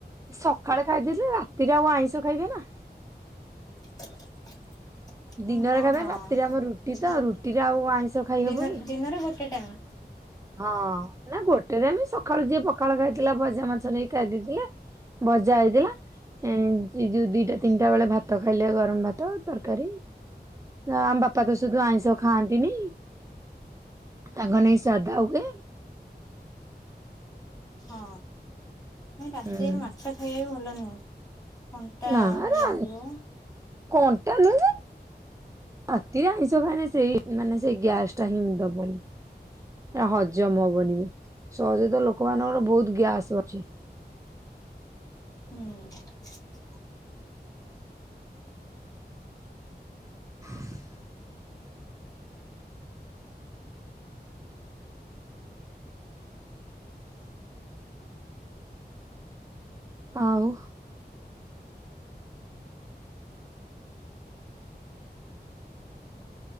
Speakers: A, on the right; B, on the left.
A: ସକାଳେ ଖାଇଦେଲେ ରାତିରେ ଆଉ ଆଇଁଷ ଖାଇବେ ନା।
B: <unintelligible>
A: ଦିନରେ
B: ଓହୋ
A: ଖାଇବେ
B: ହଁ
A: ରାତିରେ ଆମର ରୁଟି ତ
B: ଗୋ
A: ରୁଟିରେ ଆଉ ଆଇଁଷ ଖାଇହବ
B: ଦିନରେ
A: କି?
B: ଦିନରେ ଗୋଟେ ଟାଇମ
A: ହଁ ନା ଗୋଟେରେ ଆମେ ସକାଳୁ ଯିଏ ପଖାଳ ଖାଇଥିଲା ଭଜା ମାଛ ନେଇକି ଖାଇ ଦେଇଥିଲେ ଭଜା ହେଇଥିଲା ଏ ଯୋଉ ଦିଟା ତିନିଟା ବେଳେ ଭାତ ଖାଇଲେ ଗରମ ଭାତ ତରକାରୀ ଆମ ବାପା ତ ସୁଧୁ ଆଈଷ ଖାଆନ୍ତି। ଦିନି ତାଙ୍କ ଜାଦା ହୁଏ।
B: ହଁ। ରାତି
A: ଉଁ
B: ମାଛ ଖାଇବା ବି ଭଲ ନୁହେଁ କଣ୍ଟା
A: ନା ରା
B: ଲାଗିବ।
A: କଣ୍ଟା ନ ଅତି ଆଇଁଷ ଖାଏନି ସେଇ ମାନେ ସେଇ ଗ୍ୟାସ ଟାଇମ ଦବନି ହଜମ ହବ ବନି ସହଜ ତ ଲୋକମାନାନଙ୍କର ବହୁତ ଗ୍ୟାସ। ଚି
B: ହୁଁ।
A: <unintelligible> ଆଉ